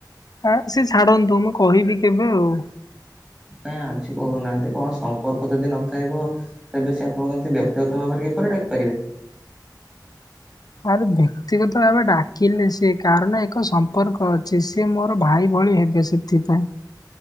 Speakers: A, on the left; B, in the centre.
A: ହଁ ସେ ଛାଡ଼ନ୍ତୁ ମୁଁ କହିବି କେବେ ଆଉ।
B: କାଇଁ ଆଜି କହୁନାହାନ୍ତି କଣ ସମ୍ପର୍କ ଯଦି ନଥାଇବ ତେବେ ସେ ଆପଣଙ୍କୁ କେମିତି ବ୍ୟତିଗତ ଭାବରେ କିପରି ଡାକିପାରିବେ?
A: ଆରେ ବ୍ୟକ୍ତିଗତ ଭାବେ ଡାକିଲେ ସିଏ କାରଣ ଏକ ସମ୍ପର୍କ ଅଛି। ସିଏ ମୋର ଭାଇ ଭଳି ହେବେ। ସେ ଥିପାଇଁ।